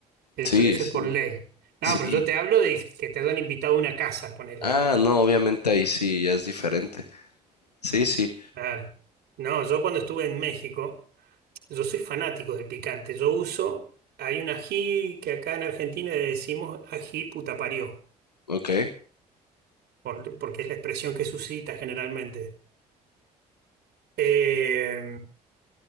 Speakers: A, on the right; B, on the left.
A: Eh,
B: Sí,
A: Pero eso
B: sí,
A: es por ley.
B: sí.
A: No, pero yo te hablo de que te han invitado a una casa, ponele.
B: Ah, no, obviamente ahí sí, ya es diferente. Sí, sí,
A: Claro. No, yo cuando estuve en México, yo soy fanático del picante. Yo uso, hay un ají que acá en Argentina le decimos ají puta parió,
B: ok.
A: por- porque es la expresión que suscita generalmente. Eh,